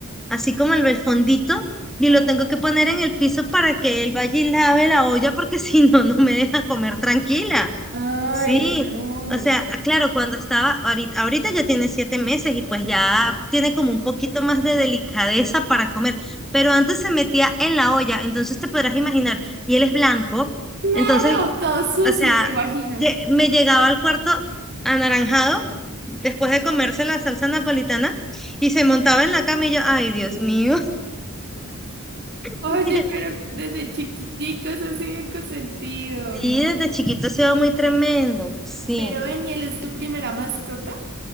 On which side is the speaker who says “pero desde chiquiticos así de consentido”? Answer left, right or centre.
Right